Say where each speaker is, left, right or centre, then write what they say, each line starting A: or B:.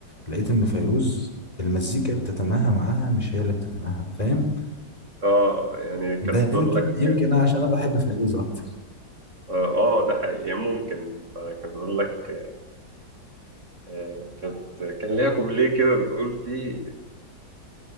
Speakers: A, on the left; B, on the right.
A: لقيت ان فيروز المزيكا بتتماهى معاها مش هي اللي بتتماهى فاهم
B: اه يعني كانت
A: ده
B: بتقول
A: يمكن
B: لك
A: يمكن أنا عشان انا بحب فيروز اكتر
B: اه آه، ده حقيقي ممكن فكانت بتقول لك آه، كانت كان ليها كوبليه كده بتقول فيه